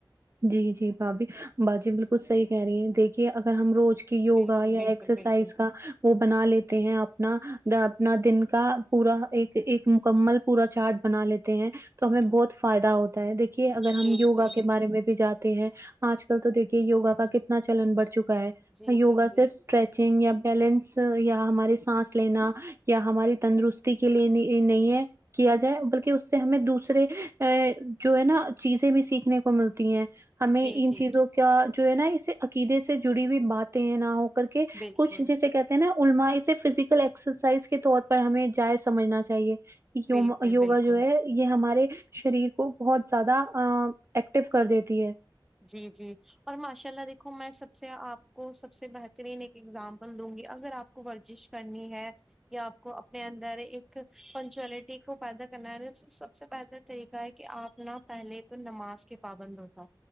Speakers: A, on the right; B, in the centre.
A: جی جی بھابھی باجی بالکل صحیح کہہ رہی ہیں دیکھیے اگر ہم روز کی کہیوگا
B: بالکل
A: یا
B: بالکل
A: ایکسرسائز
B: بالکل
A: کا وہ بنا لیتے ہیں اپنا اپنا دن کا پورا ایک ایک مکمل پورا چارٹ بنا لیتے ہیں تو ہمیں بہت فائدہ ہوتا ہے دیکھیے اگر ہم
B: بالکل
A: یوگا کے بارے میں جاتے ہیں آج کل تو دیکھیے یوگا کا کتنا چلن بڑھ چکا ہے
B: جی جی جی
A: وگا
B: جی
A: صرف اسٹریس چنگ یا بیلنس یا ہمارے سانس لینا یا ہماری تندرستی کے لیے نہیں نہیں ہے کیا جائے بلکہ اس سے ہمیں دوسرے ا جو ہے نا چیزیں بھی سیکھنے کو مل تی ہیں ہمیں
B: جی
A: ان
B: جی
A: چیزوں کا جو ہے نا اسے عقیدے سے جڑی ہوئی باتیں ہیں نہ کر کے
B: بالکل
A: کچھ جیسے کہ نا علما اسے فزیکل ایکسرسائز کے طور پر ہمیں جائ سمجھنا چاہیے یوم
B: بالکل
A: یوگا
B: بالکل
A: جو ہے یہ ہمارے شریر کو بہت زیادہ ایکٹیو کر دیتی ہے
B: جی جی اور ماشاء اللہ دیکھو میں سب سے آپ کو سب سے بہترین ایک ایگزامپل دوں گی اگر آپ کو ورزش کرنی ہے یا آپ کو اپنے اندر ایک پنچوئلٹی کو پیدا کرنا ہے تو سب سے بہتر طریقہ ہے کہ آپ ن پہلے تو نماز کے پابند ہو جائے